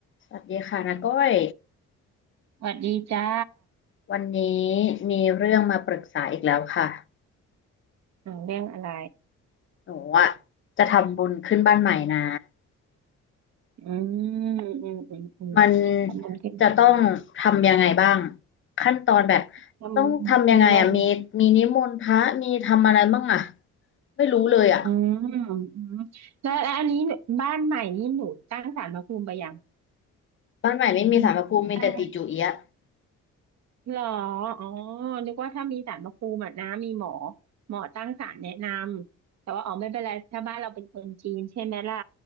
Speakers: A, on the left; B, on the right.
A: สวัสดีค่ะนาก้อย
B: สวัสดีจ้า
A: วันนี้มีเรื่องมาปรึกษาอีกแล้วค่ะ
B: อ่าเรื่องอะไร
A: หนูอะจะทำบุญขึ้นบ้านใหม่นะ
B: อืมอืมอืมอืม
A: มัน
B: ทำบุญขึ้นบ้าน
A: จะต้องทำยังไงบ้างขั้นตอนแบบ
B: ทำบุญขึ้นบ้านใหม่
A: ต้องทำยังไงอะมีมีนิมนต์พระมีทำอะไรบ้างอะไม่รู้เลยอะ
B: อืมอืมแล้วแล้วอันนี้บ้านใหม่นี้หนูตั้งศาลพระภูมิไปยัง
A: บ้านใหม่ไม่มีศาลพระภูมิมีแต่ติจูเอียะ
B: อืม ตั้ง หรออ๋อนึกว่าถ้ามีศาลพระภูมิอะนะมีหมอหมอตั้งศาลแนะนำแต่ว่าอ๋อไม่เป็นไรถ้าบ้านเราเป็นคนจีนใช่ไหมล่ะ